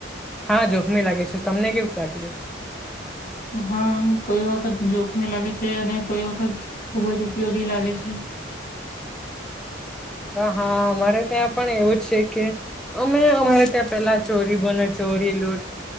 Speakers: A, in the centre; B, on the left.
A: હા જોખમી લાગે છે તમને કેવુંકે લાગ્યું?
B: હા કોઈ વખત જોખમી લાગે છે, અને કોઈ વખત ખુબ જ ઉપયોગી લાગે છે.
A: હા અમારે ત્યાં પણ એવું જ છે કે અમે અમારે ત્યાં પેલા ચોરી બને ચોરી લુંટ